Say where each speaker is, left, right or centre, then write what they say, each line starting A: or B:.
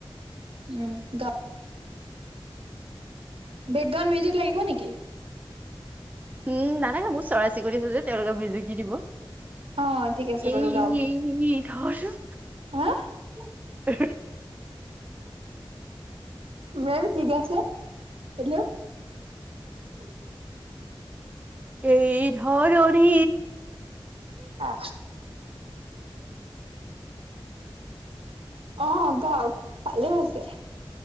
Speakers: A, on the right; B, on the right.
A: উম গ। বেগগান মিউজিক লাগিব নেকি।
B: উম ন নাগা মোৰ চৰাই চিৰিৰি থ যে তেওঁলোকে ভজকি দিব।
A: অ ঠিক আছে
B: এ
A: বাৰু গাওক
B: ধৰচোন।
A: হা
B: উ <unintelligible>
A: মম ঠিক আছে হেল্ল' <unintelligible>
B: এই ধৰণী।
A: অ অ গাও ভালেই আছে।